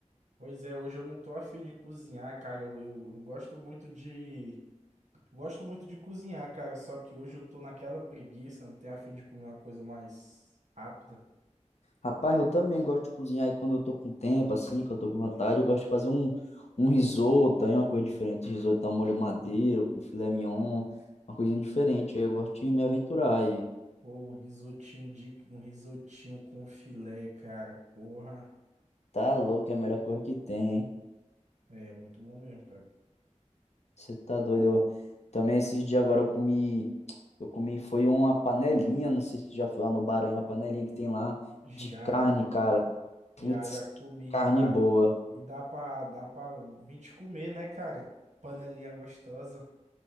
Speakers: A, on the right; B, on the left.
A: Pois é, hoje eu não tô afim de cozinhar, cara. Eu, eu, eu gosto muito de. Gosto muito de cozinhar, cara. Só que hoje eu tô naquela preguiça, não tenho afim de comer uma coisa mais rápida.
B: Rapaz, eu também gosto de cozinhar e quando eu tô com tempo, assim, que eu tô com vontade, eu gosto de fazer um, um risoto, aí uma coisa diferente, um risoto ao molho madeiro, com filé mignon, uma coisinha diferente, aí eu gosto de me aventurar aí.
A: Ou um risotinho de um risotinho com filé, cara. Porra.
B: Tá louco, é a melhor coisa que tem, hein?
A: É muito bom mesmo, cara.
B: Você tá doido? Eu... Também esses dias agora eu comi, eu comi, foi uma panelinha, não sei se tu já foi lá no Bahrein, uma panelinha que tem lá
A: Já,
B: de carne, cara. Putz,
A: já, já comi
B: que carne
A: e dá,
B: boa.
A: e dá pra, dá pra 20 comer, né, cara? Panelinha gostosa.